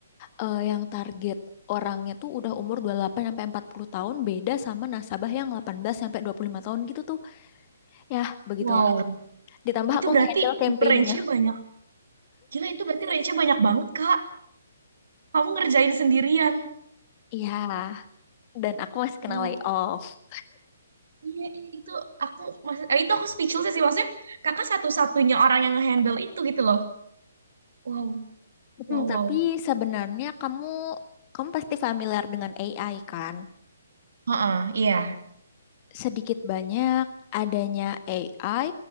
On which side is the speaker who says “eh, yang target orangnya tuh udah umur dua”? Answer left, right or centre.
Left